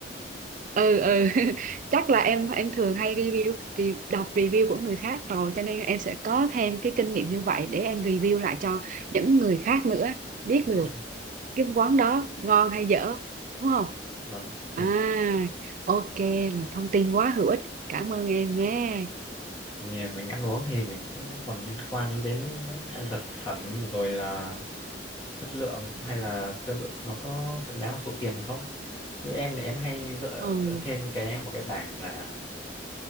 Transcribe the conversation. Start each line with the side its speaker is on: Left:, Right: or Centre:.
Right: ừ ừ <laughs> chắc là em em thường hay review re, đọc review của người khác rồi cho nên em sẽ có thêm cái kinh nghiệm như vậy để em review lại cho những người khác nữa biết được
Left: ừ.
Right: cái quán đó ngon hay dở đúng không
Left: vâng thì,
Right: à ok là thông tin quá hữu ích cảm ơn em nhé
Left: thì mình ăn uống thì mình cũng còn liên quan đến ăn thực phẩm rồi là chất lượng hay là tương ứng nó có xứng đáng với số tiền không như em thì em hay dựa
Right: ừ
Left: trên cái một cái bảng là